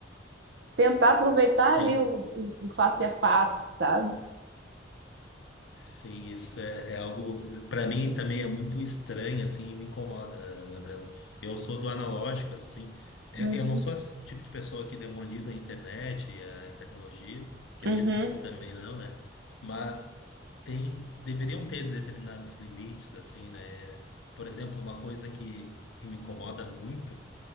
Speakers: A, on the right; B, on the left.
A: tentar aproveitar
B: sim.
A: ali o, o- o face a face, sabe?
B: Sim, isso é, é algo para mim também é muito estranho assim, e me incomoda, Gabriel. Eu sou do analógico assim. É-
A: Uhum.
B: Eu não sou esse tipo de pessoa que demoniza a internet e a tecnologia. Acredito
A: Uhum,
B: que tu também não, né? Mas tem, deveriam ter determinados limites assim, né? Por exemplo, uma coisa que, que me incomoda muito.